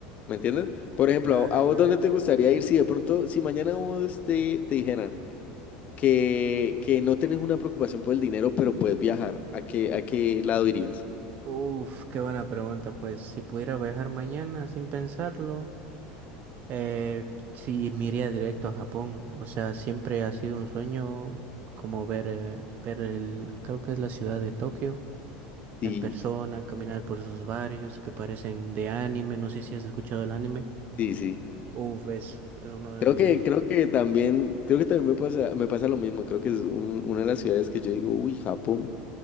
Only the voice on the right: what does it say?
Claro,
claro.
U-
Uf, qué buena pregunta. Pues si pudiera viajar mañana sin pensarlo. Eh, sí, me iría directo a Japón. O sea, siempre ha sido un sueño como ver, eh, ver el, creo que es la ciudad de Tokio
en persona, caminar por esos barrios que parecen de anime. No sé si has escuchado el anime.
Uf, es, es uno de
mis...